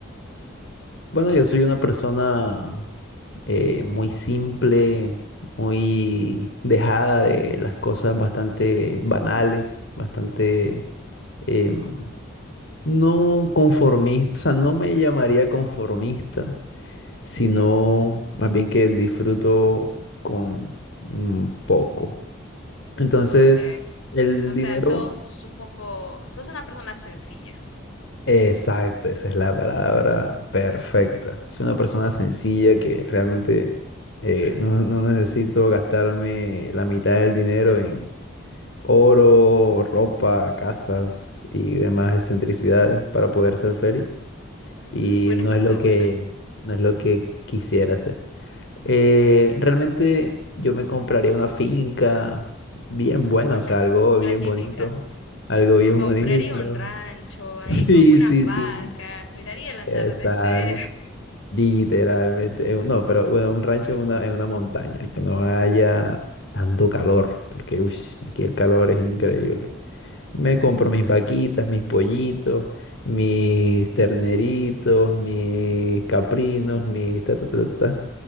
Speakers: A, on the left; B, on the left.
A: Bueno, yo soy una persona eh, muy simple, muy dejada de las cosas bastante banales, bastante em, no conformista, o sea, no me llamaría conformista, sino más bien que disfruto con mm, poco. Entonces,
B: Ok,
A: el
B: o sea,
A: dinero
B: sos un poco, sos una persona sencilla.
A: Exacto, esa es la palabra perfecta. Soy una persona sencilla que realmente eh, no, no necesito gastarme la mitad del dinero en oro, ropa, casas y demás excentricidades para poder ser feliz.
B: Ujú,
A: Y
B: Bueno,
A: no
B: eso
A: es
B: está
A: lo que,
B: bueno.
A: no es lo que quisiera hacer. Eh, realmente yo me compraría una finca bien buena,
B: <laughs>
A: o sea, algo
B: La
A: bien
B: típica.
A: bonito. Algo bien
B: Me compraría
A: bonito.
B: un rancho
A: <laughs>
B: ahí
A: Sí,
B: con unas
A: sí,
B: vacas,
A: sí, sí.
B: miraría el atardecer.
A: Exacto, literalmente. en un- No, pero bueno, un rancho en una, en una montaña, que no haya tanto calor, porque ush, aquí el calor es increíble. Me compro mis vaquitas, mis pollitos, mis terneritos, mis caprinos, mis ta ta ta ta ta,